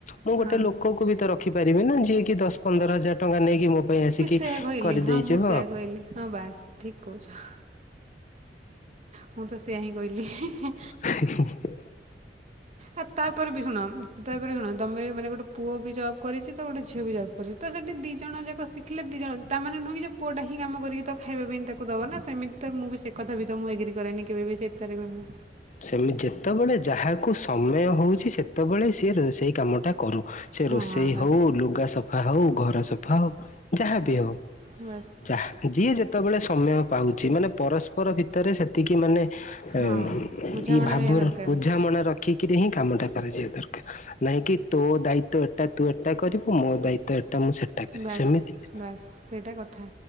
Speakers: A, on the left; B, on the right.
A: ମୁଁ
B: ହଁ
A: ଗୋଟେ ଲୋକକୁ ବି ତ ରଖିପାରିବି ନା ଯିଏକି ଦଶ ପନ୍ଦର ହଜାର ଟଙ୍କା ନେଇକି ମୋ ପାଇଁ ଆସିକି
B: ସେୟଆ କହିଲି
A: କରିଦେଇଯିବ
B: ହଁ ମୁଁ ସେୟା କହିଲି ହଁ ବାସ୍ ଠିକ କହୁଚ। ମୁଁ ତ ସେୟା ହିଁ କହିଲି ହିଁ ହିଁ।
A: <inaudible>
B: ଆ ତାପରେ ବି ଶୁଣ ତାପରେ ଶୁଣ ତମେ ମାନେ ଗୋଟେ ପୁଅ ବି ଜବ୍ କରିଛି ତ ଗୋଟେ ଝିଅ ବି ଜବ୍ କରିଛି। ତ ସେଠି ଦିଇ ଜଣ ଯାକ ଶିଖିଲେ ଦିଇ ଜଣ ତାମାନେ ନୁହେଁ କି ଯେ ପୁଅଟା ହିଁ କାମ କରିକି ତ ଖାଇବା ପାଇଁ ତାକୁ ଦବ ନା ସେମିତି ତ ମୁଁ ବି ସେ କଥା ବି ତ ମୁଁ ଏଗ୍ରି କରେନି କେବେ ବି ସେତରେ ବି ମୁଁ
A: ସେମିତି ଯେତେବେଳେ ଯାହାକୁ ସମୟ ହେଉଛି ସେତେବେଳେ ସିଏ ସେଇ କାମଟା କରୁ। ସେ
B: ହଁ
A: ରୋଷେଇ
B: ବାସ୍
A: ହଉ ଲୁଗା ସଫା ହଉ ଘର ସଫା ହଉ ଯାହାବି ହଉ
B: ହଁ ବାସ୍
A: ଯାହା ଯିଏ ଯେତେବେଳେ ସମୟ ପାଉଚି ମାନେ ପରସ୍ପର ଭିତରେ ସେତିକି ମାନେ
B: ହଁ
A: ଏଁ
B: ବୁଝାମଣା
A: ଇଁ ଭାବ
B: ରହିବା ଦରକାର
A: ବୁଝାମଣା ରଖିକିରି ହିଁ କାମ ଟା କରାଯିବା ଦରକାର। ନାଇଁ କିି ତୋ ଦାୟିତ୍ଵ ଏଟା ତୁ ଏଟା କରିବୁ ମୋ ଦାୟିତ୍ଵ ଏଟା ମୁଁ ସେଟା କରିବି
B: ବାସ୍
A: ସେମିତି ନୁହେଁ।
B: ବାସ୍ ସେଇଟା କଥା